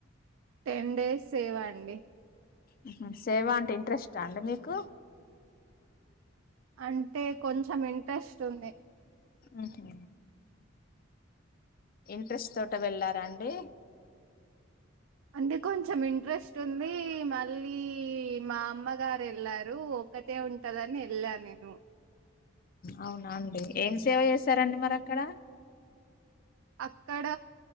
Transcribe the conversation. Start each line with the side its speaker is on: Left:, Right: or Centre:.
Right: టెన్ డేస్ సేవ అండి
Left: ఊహు సేవా అంటే ఇంట్రెస్టా అండి మీకు.
Right: అంటే కొంచెం ఇంట్రెస్ట్ ఉంది.
Left: ఉహు ఇంట్రెస్ట్ తోటే వెళ్ళారా అండీ.
Right: అంటే కొంచెం ఇంట్రెస్ట్ ఉందీ మళ్ళీ మా అమ్మగారు ఎళ్లారూ ఒకత్ తే ఉంటదని ఎల్లాన్ నేను.
Left: అవునా అండి ఏం సేవ చేశారండి మరి అక్కడ
Right: అక్కడ